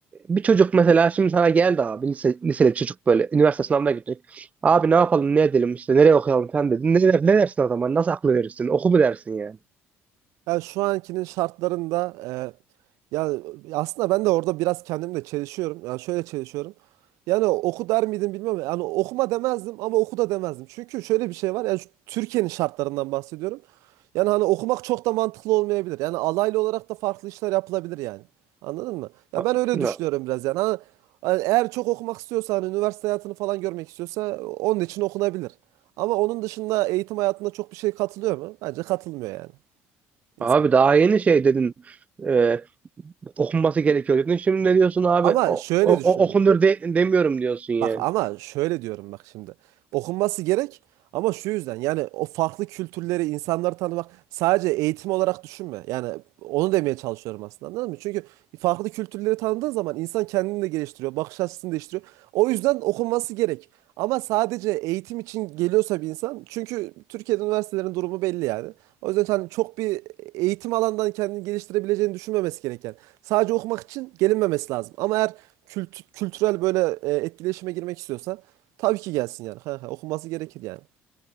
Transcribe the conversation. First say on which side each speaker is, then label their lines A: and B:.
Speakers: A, on the right; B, on the right.
A: bir çocuk mesela şimdi sana geldi abi lise, liseli bir çocuk böyle üniversite sınavına gittik. Abi ne yapalım ne edelim işte nereye okuyalım falan dedin. Ne, der- ne dersin o zaman? Nasıl aklı verirsin? Oku mu dersin yani?
B: Yani şu ankinin şartlarında e, yani aslında ben de orada biraz kendimle çelişiyorum. Yani şöyle çelişiyorum. Yani oku der miydim bilmiyorum. Yani okuma demezdim ama oku da demezdim. Çünkü şöyle bir şey var. Yani şu Türkiye'nin şartlarından bahsediyorum. Yani hani okumak çok da mantıklı olmayabilir. Yani alaylı olarak da farklı işler yapılabilir yani. Anladın mı? Ya
A: A-
B: ben öyle
A: ya,
B: düşünüyorum biraz yani. Hani, hani eğer çok okumak istiyorsa hani üniversite hayatını falan görmek istiyorsa onun için okunabilir. Ama onun dışında eğitim hayatında çok bir şey katılıyor mu? Bence katılmıyor yani insan.
A: Abi daha yeni şey dedin e, okunması gerekiyor dedin. Şimdi ne diyorsun abi?
B: Ama
A: O,
B: şöyle
A: o-
B: düşünüyorum.
A: o- okunur de- demiyorum diyorsun yani.
B: Bak ama şöyle diyorum bak şimdi. Okunması gerek ama şu yüzden yani o farklı kültürleri, insanları tanımak sadece eğitim olarak düşünme. Yani onu demeye çalışıyorum aslında anladın mı? Çünkü farklı kültürleri tanıdığın zaman insan kendini de geliştiriyor, bakış açısını değiştiriyor. O yüzden okunması gerek. Ama sadece eğitim için geliyorsa bir insan çünkü Türkiye'de üniversitelerin durumu belli yani. O yüzden hani çok bir eğitim alandan kendini geliştirebileceğini düşünmemesi gereken. Sadece okumak için gelinmemesi lazım. Ama eğer kült- kültürel böyle e, etkileşime girmek istiyorsa tabii ki gelsin yani. Ha, ha, okunması gerekir yani.